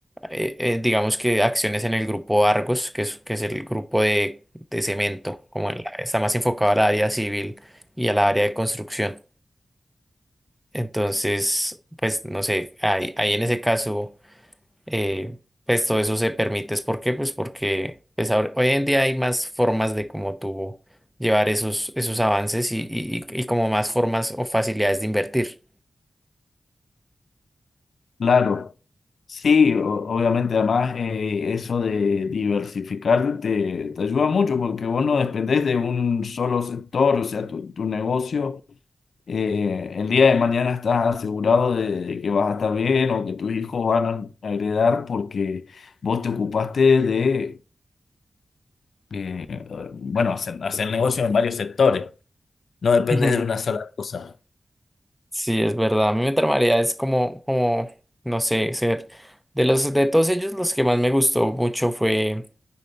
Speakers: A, in the centre; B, on the left.
A: eh, eh, digamos que acciones en el grupo Argos, que es, que es el grupo de, de cemento, como en la- está más enfocado al área civil y al área de construcción. Entonces, pues no sé, ahí, ahí en ese caso, eh, pues todo eso se permite. ¿Es ¿Por qué? Pues porque pues, ahora- hoy en día hay más formas de cómo tú llevar esos, esos avances y, y, y y como más formas o facilidades de invertir.
B: Claro. Sí, o- obviamente, además eh, eso de diversificar te, te ayuda mucho porque vos no dependés de un solo sector, o sea, tu, tu negocio, eh, el día de mañana estás asegurado de, de que vas a estar bien o que tus hijos van a heredar porque vos te ocupaste de, eh, bueno, hacer, hacer negocio en varios sectores, no dependes
A: <laughs>
B: de una sola cosa.
A: Sí, es verdad. A mí me tramaría es como, como, no sé, ser de los de todos ellos los que más me gustó mucho fue